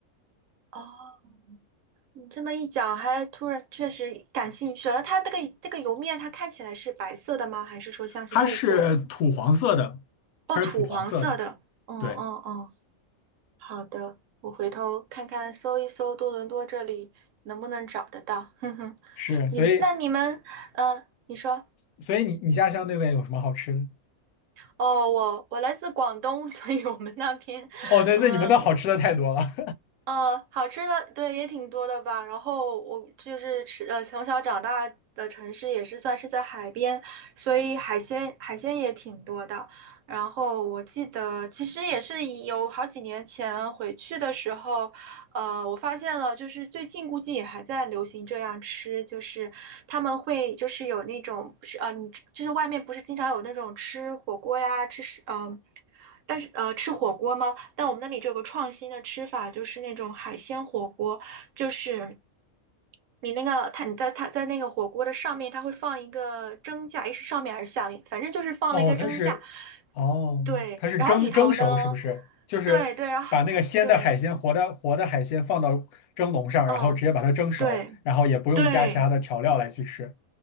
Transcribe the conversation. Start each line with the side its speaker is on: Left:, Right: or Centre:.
Right: 哦。你这么一讲，还突然确实感兴趣了。它这个这个油面，它看起来是白色的吗？还是说像是绿色的？
Left: 它是土黄色的，
Right: 哦，
Left: 它是土黄色的，
Right: 土黄色的。嗯嗯嗯，
Left: 对，
Right: 好的，我回头看看，搜一搜多伦多这里能不能找得到。<laughs> 哼哼，
Left: 是，所以
Right: 你们那你们，嗯，你说，
Left: 所以你你家乡那边有什么好吃的？
Right: 哦，我我来自广东，<laughs> 所以我们那边，
Left: 哦，那那你们那好吃的太多了。
Right: 嗯、呃，好吃的对也挺多的吧。然后我就是吃呃从小长大的城市也是算是在海边，所以海鲜海鲜也挺多的。然后我记得其实也是有好几年前回去的时候。呃，我发现了，就是最近估计也还在流行这样吃，就是他们会就是有那种是呃，你就是外面不是经常有那种吃火锅呀，吃是呃，但是呃吃火锅吗？但我们那里就有个创新的吃法，就是那种海鲜火锅，就是你那个它你在它在那个火锅的上面，它会放一个蒸架，诶是上面还是下面？反正就是放了一个蒸架，
Left: 哦，它是，哦，
Right: 对，
Left: 它是蒸蒸熟是不是？
Right: 然后里头呢，
Left: 就是把那个鲜的海鲜、
Right: 对对，然后对，
Left: 活的活的海鲜放到蒸笼上，
Right: 嗯。
Left: 然后直接把它蒸熟，
Right: 对，
Left: 然后也不用加其他的调料来去吃。
Right: 对，